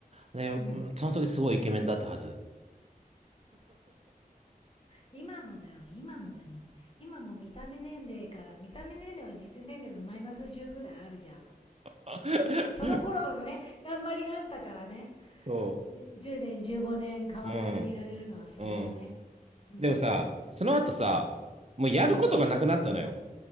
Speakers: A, on the right (about 45°); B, on the left (about 35°).
A: で、うんその時すごいイケメンだったはず。
B: うん。今もだよ、今もだよ。今も見た目年齢から、見た目年齢は実年齢のマイナス10ぐらいあるじゃん。
A: <laughs>
B: その頃のね、頑張りがあったからね、
A: そ
B: 10年、15年変わらずにいられるのはそれだね。
A: う。うん。うん。
B: うん。
A: でもさ、その後さ、もうやることがなくなったのよ。
B: うん。